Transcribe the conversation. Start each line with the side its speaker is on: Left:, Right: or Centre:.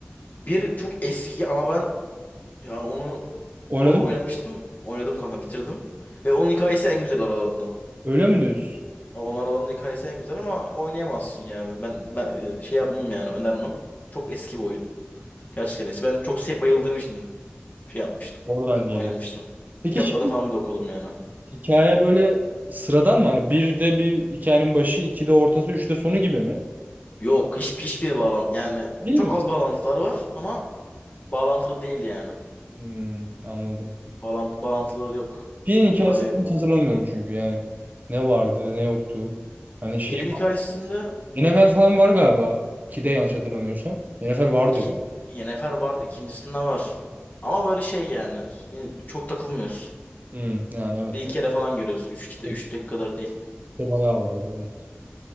Left: bir çok eski ama ben yani onu
Right: Oynadın
Left: zorla
Right: mı?
Left: oynamıştım. Oynadım kanka bitirdim. Ve onun hikayesi en güzel aralarından.
Right: Öyle mi diyorsun?
Left: Onar olanın hikayesi en güzel ama oynayamazsın yani. Ben, ben e, şey yapmam yani önermem. Çok eski bir oyun. Gerçekten eski. Ben çok şey bayıldığım için şey yapmıştım.
Right: Oradan geliyor.
Left: Oynamıştım.
Right: Peki
Left: Kitaplarını
Right: şimdi
Left: falan bile okudum yani.
Right: hikaye böyle sıradan mı? Hani bir de bir hikayenin başı, iki de ortası, üç de sonu gibi mi?
Left: Yok hiç hiçbir bağlantı yani
Right: Değil
Left: çok
Right: mi?
Left: az bağlantılar var ama bağlantılı değil yani.
Right: Hmm, anladım.
Left: Bağlantı bağlantıları yok.
Right: Birinin
Left: Hatta
Right: hikayesini
Left: e,
Right: hiç hatırlamıyorum çünkü yani. Ne vardı, ne yoktu. Hani
Left: birin
Right: şey
Left: hikayesinde
Right: Yennefer falan var galiba. 2'de yanlış hatırlamıyorsam. Yennefer vardı
Left: iki
Right: galiba.
Left: Yennefer var, ikincisinde var. Ama böyle şey yani çok takılmıyorsun.
Right: Hmm, yani evet.
Left: Bir iki kere falan görüyorsun. Üç, üç
Right: doğru.
Left: tek kadar değil.
Right: İşte Bayağı vardı evet.